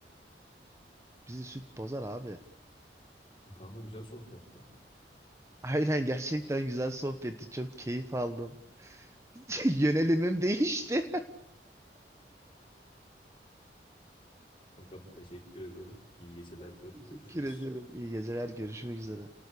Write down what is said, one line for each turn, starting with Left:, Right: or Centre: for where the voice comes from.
Right: Bizi süt bozar abi.
Left: Kanka güzel sohbette.
Right: Aynen gerçekten güzel sohbetti. Çok keyif aldım. <laughs> Yönelimim değişti.
Left: Kankam teşekkür ediyorum. İyi geceler
Right: <laughs>
Left: diyorum.
Right: Teşekkür
Left: Görüşürüz.
Right: ediyorum. İyi geceler. Görüşmek üzere.